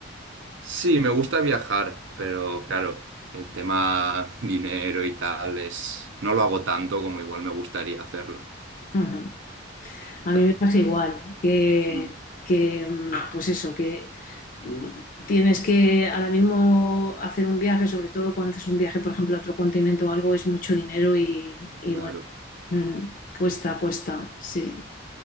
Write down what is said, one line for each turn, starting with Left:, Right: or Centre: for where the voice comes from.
Right: Sí, me gusta viajar, pero claro, el tema dinero y tal es... No lo hago tanto como igual me gustaría hacerlo.
Left: Ujú. A mí
Right: Ah,
Left: me pasa igual, que,
Right: mm,
Left: que, mm, pues eso, que mm, tienes que ahora mismo hacer un viaje, sobre todo cuando haces un viaje, por ejemplo, a otro continente o algo, es mucho dinero y, y
Right: claro.
Left: bueno, mm, cuesta, cuesta, sí,